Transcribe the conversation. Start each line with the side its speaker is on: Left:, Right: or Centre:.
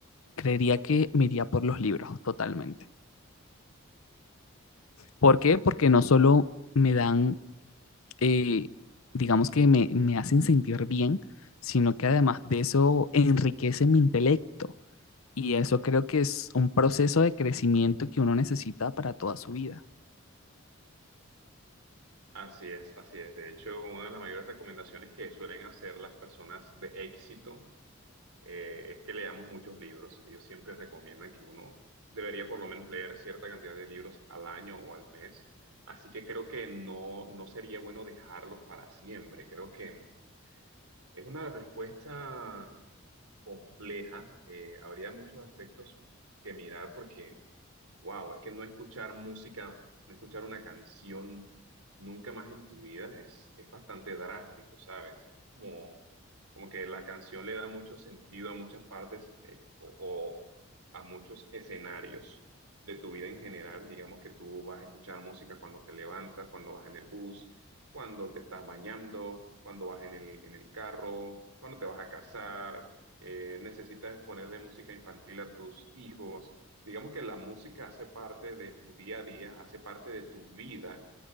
Left: creería que me iría por los libros totalmente. ¿Por qué? Porque no solo me dan eh, digamos que me, me hacen sentir bien, sino que además de eso enriquece mi intelecto. Y eso creo que es un proceso de crecimiento que uno necesita para toda su vida.
Right: Así es, así es. De hecho, una de las mayores recomendaciones que suelen hacer las personas de éxito eh, es que leamos muchos libros. Ellos siempre recomiendan que uno debería por lo menos leer cierta cantidad de libros al año o al mes. Así que creo que no, no sería bueno dejarlos para siempre. Creo que es una respuesta compleja. eh, habría muchos aspectos que mirar porque Wow, es que no escuchar música, no escuchar una canción nunca más en tu vida es, es bastante drástico, ¿sabes? Es Como, como que la canción le da mucho sentido a muchas partes eh, o, o a muchos escenarios de tu vida en general. Digamos que tú vas a escuchar música cuando te levantas, cuando vas en el bus, cuando te estás bañando, cuando vas en el, en el carro, cuando te vas a casar, eh, necesitas ponerle música infantil a tus hijos digamos que la música hace parte de tu día a día, hace parte de tu vida